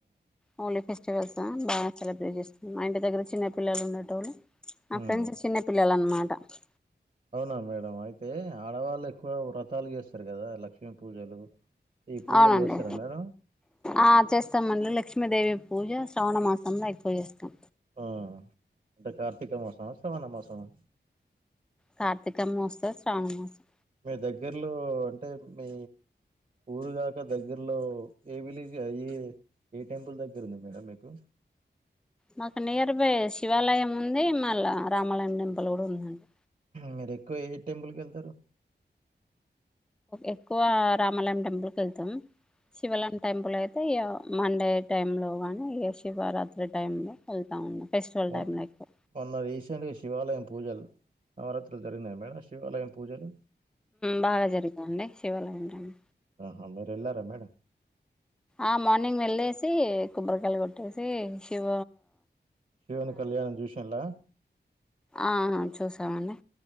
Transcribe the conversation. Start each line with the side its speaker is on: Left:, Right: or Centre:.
Centre: హఓలీ ఫెస్టివల్స్ బాగా సెలబ్రేట్ చేస్తుంది మా ఇంటి దగ్గర చిన్న పిల్లలు ఉండట వాళ్ల మా
Right: ఉమ్.
Centre: ఫ్రెండ్స్ చిన్న పిల్లలు అన్నమాట అదా
Right: అవునా మేడం అయితే ఆడవాళ్ళు ఎక్కువ వ్రతాలు చేస్తారు కదా లక్ష్మీ పూజలు ఈ పూజలు
Centre: అవునండి
Right: చేస్తారా మేడం
Centre: ఆ చేస్తామండి లక్ష్మీదేవి పూజ శ్రవణమాసం సన్నాయిపోయి ఇష్టం
Right: ఆ అంటే కార్తీక మాసమా సవణ మాసమా
Centre: కార్తీక మాసం శ్రావణ మాసం
Right: మీ దగ్గర్లో అంటే మీ ఊరుగాక దగ్గరలో ఏమిలి అయ ఏ టెంపుల్ దగ్గర ఉంది మేడం మీకు
Centre: మాకు నియర్ బై శివాలయం ఉంది మళ్ళ రామాలయం టెంపుల్ కూడా ఉందండి
Right: మీర ఎక్కువ ఏ టెంపుల్కి వెళ్తారు
Centre: ఎక్కువ రామాలయం టెంపుల్ క వెళ్తాం శివాలయం టెంపుల్ అయి అయితే ఇక మండే టైంలో కానీ ఇక శివరాత్రి టైంలో వెళ్తూ ఉన్నాం ఫెస్టివల్
Right: మొ
Centre: టైమ్ లో ఎక్కువ
Right: మొన్న రీసెంట్గా శివాలయం పూజలు నవరాత్రులు జరిగినాయి మేడం శివాలయం పూజలు
Centre: బాగా జరిగాండి శివాలంటడి
Right: ఆహ మేర ఎల్రా మేడం
Centre: ఆ మార్నింగ్ వెళ్లేేసి కొబ్బరికాయలు కొట్టేసి శివ
Right: శివని కళ్యాణం చూసంలా
Centre: ఆహ చూసామండి.